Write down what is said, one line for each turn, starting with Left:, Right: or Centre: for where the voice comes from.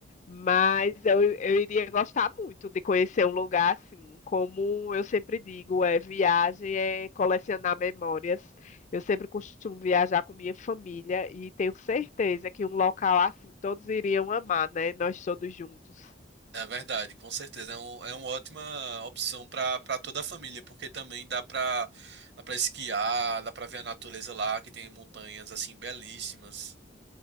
Left: Mas eu, eu iria gostar muito de conhecer um lugar assim. Como eu sempre digo, é viagem é colecionar memórias. Eu sempre costumo viajar com minha família e tenho certeza que um local assim todos iriam amar, né? Nós todos juntos.
Right: É verdade, com certeza. É, um, é uma ótima opção para para toda a família, porque também dá para dá para esquiar, dá para ver a natureza lá, que tem montanhas, assim, belíssimas,